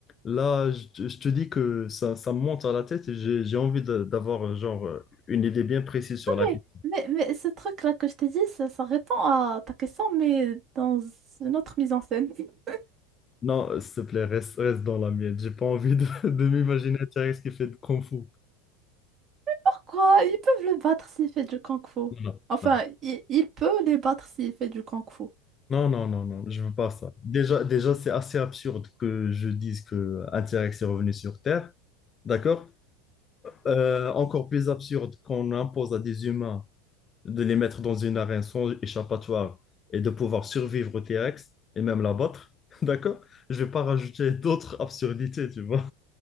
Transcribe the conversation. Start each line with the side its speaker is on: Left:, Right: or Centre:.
Left: là, je, te je te dis que ça, ça me monte à la tête et j'ai j'ai envie de- d'avoir euh, genre euh, une idée bien précise sur
Right: Non,
Left: la question.
Right: mais, mais, mais ce truc-là que je t'ai dit, ça, ça répond à ta question, mais dans une autre mise en scène. <laughs>
Left: Non, euh, s'il te plaît, reste, reste dans la mienne. J'ai pas envie de, <laughs> de m'imaginer un T-Rex qui fait de Kung Fu.
Right: Pourquoi? Ils peuvent le battre s'il fait du kung-fu.
Left: Non,
Right: Enfin,
Left: non,
Right: il, il peut les battre s'il fait du kung-fu.
Left: non, non, non, non, je veux pas ça. Déjà, déjà c'est assez absurde que je dise qu'un T-Rex est revenu sur Terre. D'accord? euh, encore plus absurde qu'on impose à des humains de les mettre dans une arène sans échappatoire et de pouvoir survivre au T-Rex et même l'abattre, <laughs> d'accord? Je vais pas rajouter d'autres absurdités, tu vois.